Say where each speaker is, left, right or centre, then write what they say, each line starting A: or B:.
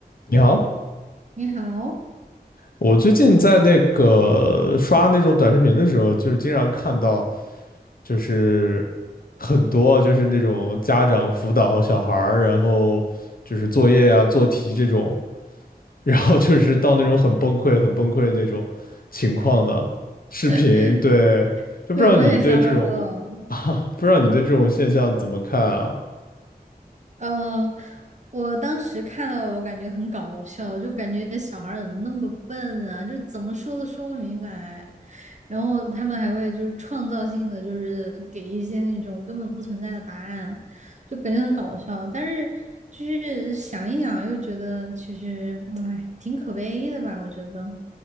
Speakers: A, on the left (about 65°); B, on the right (about 45°).
A: 你好，
B: 你好，
A: 我最近在那个刷那种短视频的时候，就是经常看到，就是很多就是那种家长辅导小孩儿，然后就是作业啊、做题这种，然后就是到那种很崩溃、很崩溃的那种情况的视频。
B: <laughs>
A: 对，就不知道你对这种，
B: 对，我也刷到过。
A: 不知道你对这种现象怎么看啊？
B: 呃，我当时看到，我感觉很搞笑，就感觉小孩儿怎么那么笨啊，就是怎么说都说不明白。然后他们还会就是创造性的，就是给一些那种根本不存在的答案，就感觉很搞笑。但是就是想一想，又觉得其实，嗯哎，挺可悲的吧？我觉得。